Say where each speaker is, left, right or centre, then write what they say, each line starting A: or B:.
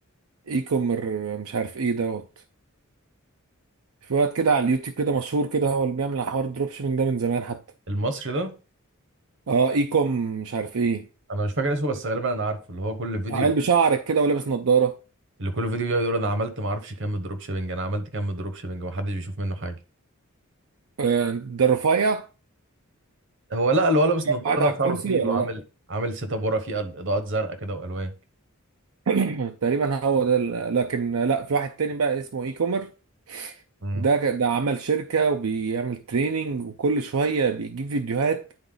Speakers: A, on the right; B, on the right.
A: اي كومر مش عارف ايه دوت في وقت كده على اليوتيوب كده مشهور كده هو اللي بيعمل حوار الدروب شيبينج ده من زمان حتى
B: المصري ده
A: اه اي كوم مش عارف ايه
B: انا مش فاكر اسمه بس غالبا انا عارفه اللي هو كل فيديو
A: عيل
B: بي-
A: بشعرك كده ولابس نظاره
B: اللي كل فيديو بيقعد يقول انا عملت ما اعرفش كام دروب شيبنج انا عملت كام دروب شيبنج ومحدش بيشوف منه حاجه
A: آه، ده الرفيع
B: هو لا اللي هو لابس نضاره
A: قاعد على
B: ده
A: الكرسي
B: شعره طويل
A: ولا
B: وعامل
A: لا
B: عامل سيت اب ورا فيه ال- اضاءات زرقاء كده والوان
A: <clears throat> تقريبا هو ده ال- لكن لا في واحد تاني بقى اسمه اي كومر
B: امم
A: ده ك- ده عمل شركة وبيعمل تريننج وكل شوية بيجيب فيديوهات